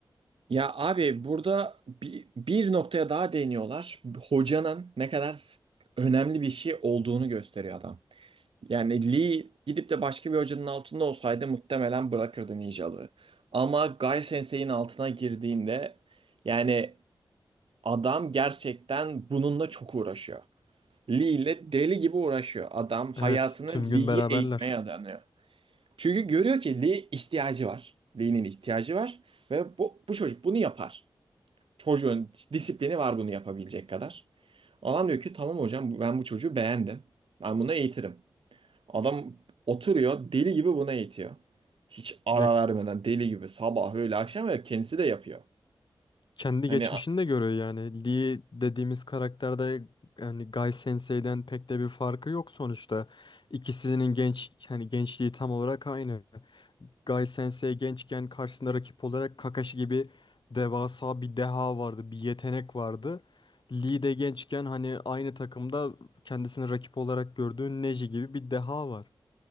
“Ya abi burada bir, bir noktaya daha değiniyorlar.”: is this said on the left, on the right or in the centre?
Right